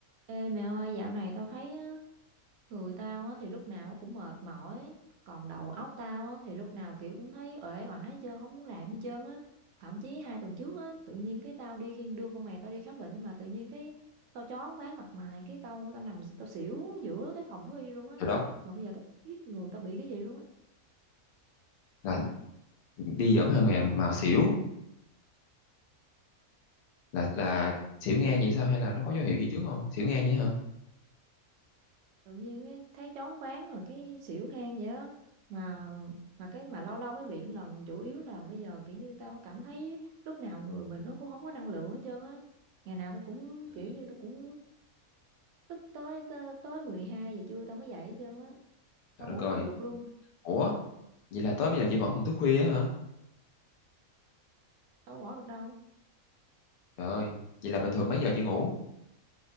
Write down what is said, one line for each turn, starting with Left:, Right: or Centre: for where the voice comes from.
Right: Ê mẹ ơi, dạo này tao thấy á, người tao á, thì lúc nào cũng mệt mỏi, còn đầu óc tao á, thì lúc nào kiểu cũng thấy uể oải hết trơn, không muốn làm gì trơn á. Thậm chí hai tuần trước á, tự nhiên cái tao đi khi đưa con mày tao đi khám bệnh mà tự nhiên cái tao choáng váng mặt mày, cái tao tao nằm tao xỉu giữa cái phòng thú y luôn á.
Left: rồi đó
Right: Mà bây giờ tao không biết người tao bị cái gì luôn á.
Left: là đi dẫn thằng mèo màu xỉu là là xỉu ngang vậy sao hay là nó có dấu hiệu gì trước không xỉu ngang vậy hả
Right: tự nhiên ấy, thấy choáng váng rồi cái xỉu ngang vậy đó mà mà cái mà lâu lâu mới bị một lần chủ yếu là bây giờ kiểu như tao cảm thấy lúc nào người mình nó cũng không có năng lượng hết trơn á ngày nào tao cũng
Left: Ừ.
Right: kiểu như tao cũng tức tới tới, tới 12 giờ trưa tao mới dậy hết trơn á tao
Left: trời đất
Right: ngủ
Left: ơi
Right: không có được luôn
Left: ủa vậy là tới bây giờ chị vẫn còn thức khuya á hả
Right: tao không bỏ được đâu
Left: trời ơi vậy là bình thường mấy giờ chị ngủ